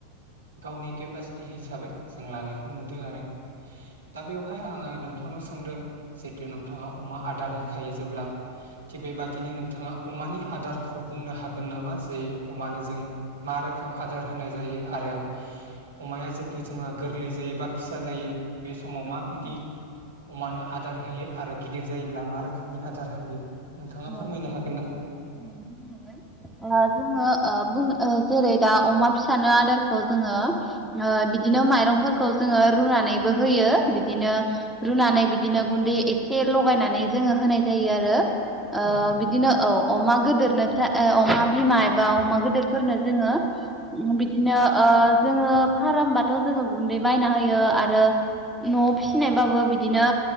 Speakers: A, on the right; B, in the centre.
A: गावनि केपासिटि हिसाबै जों लानायखौ नुदों आरो दा बेवहाय आङो नों थानो सानदों जिथु नोंथाङा अमा आदार हो होखायो जेब्ला थिग बेबादिनो नोंथाङा अमानि आदारखौ बुंनो हागोन नामा जे अमानो जों मा रोखोम रोखोम आदार होनाय जायो आरो अम जिथु जोंहा गोरलै जायो बा फिसा जायो बे समाव माबायदि
B: औ
A: अमानो आदार होयो आरो गिदिर जायोब्ला मा रोखोमनि आदार होयो नोंथाङा
B: औ
A: फोरमायनो हागोन ना
B: नोंथां जोङो जेरै दा अमा फिसानो आदारखौ जोङो बिदिनो माइरंफोरखौ जोङो रुनानैबो होयो बिदिनो रुनानै बिदिनो गुन्दै एसे लगायनानै जोङो होनाय जायो आरो ओ
A: औ
B: बिदिनो औ अमा गिदोर अमा बिमा एबा अमा गिदिरफोरनो जोङो बिदिनो जोङो फारामबाथ' जोङो गुन्दै बायना होयो आरो न'आव फिसिनायबाबो बिदिनो